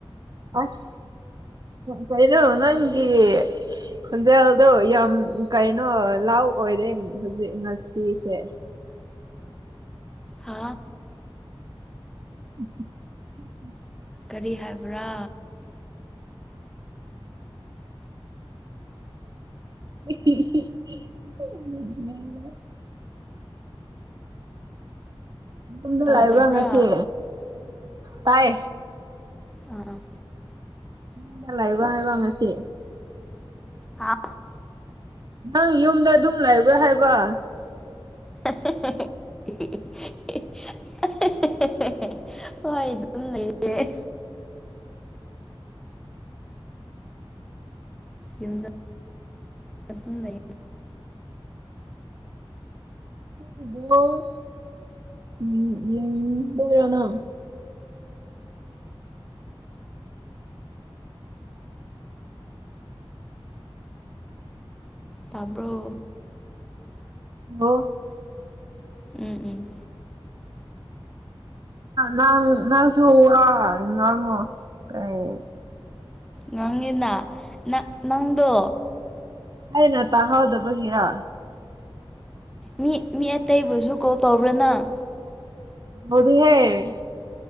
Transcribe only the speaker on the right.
ꯑꯁ ꯀꯩꯅꯣ ꯅꯪꯒꯤ ꯈꯣꯟꯖꯦꯜꯗꯣ ꯌꯥꯝ ꯀꯩꯅꯣ ꯂꯥꯎ ꯑꯣꯏꯔꯦ ꯍꯧꯖꯤꯛ ꯉꯁꯤꯁꯦ
ꯎꯝ ꯎꯝ <unintelligible>
<unintelligible> ꯌꯨꯝꯗ
ꯂꯥꯛꯕ꯭ꯔꯉꯁꯤ ꯇꯥꯏ
ꯌꯨꯝꯗ ꯂꯩꯕꯔꯥ ꯍꯥꯏꯕ ꯉꯁꯤ
ꯅꯪ ꯌꯨꯝꯗ ꯑꯗꯨꯝ ꯂꯩꯕ꯭ꯔꯥ ꯍꯥꯏꯕ
ꯎꯝꯉ <unintelligible> ꯎꯝ ꯌꯦꯕꯔꯥ ꯅꯪ
ꯍꯜꯂꫭ
ꯅꯥꯟ ꯅꯁꯨ ꯑ ꯉꯉ‌ꯣ ꯀꯩ
ꯑꯩꯅ ꯇꯥꯍꯧꯗꯕꯒꯤꯔ
ꯇꯧꯗ‌ꯦꯍꯦ